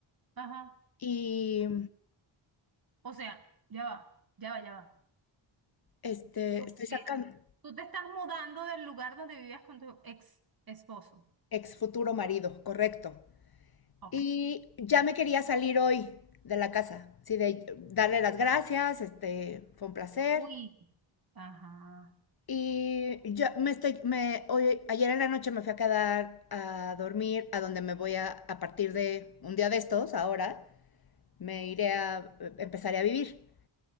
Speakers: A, on the right; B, on the left.
A: Ajá.
B: y
A: O sea, ya va, ya va, ya va.
B: este,
A: O
B: estoy
A: sea,
B: sacando
A: tú te estás mudando del lugar donde vivías con tu ex esposo.
B: ex futuro marido, correcto.
A: Ok.
B: Y ya me quería salir hoy de la casa, sí, de darle las gracias, este, fue un placer.
A: Uy. Ajá.
B: Y yo me estoy, me, hoy, ayer en la noche me fui a quedar a dormir a donde me voy a, a partir de un día de estos, ahora, me iré a, empezaré a vivir.